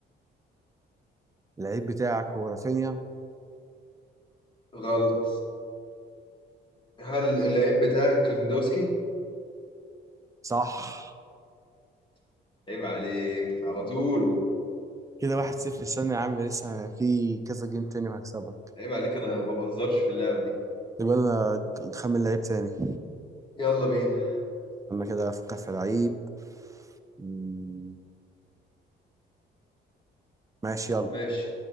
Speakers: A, on the right (about 15°); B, on the left (about 25°).
A: اللعيب بتاعك هو رافينيا
B: غلط هل اللعيب بتاعك ليفاندوسكي
A: صح
B: عيب عليك على طول
A: كده واحد صفر استنى يا عم لسه في كذا جيم تاني وهكسبك
B: عيب عليك انا ما بهزرش في اللعبة دي
A: يبقى انا خمن لعيب تاني
B: يلا بينا
A: انا كده افكر في لعيب مم، ماشي يلا
B: ماشي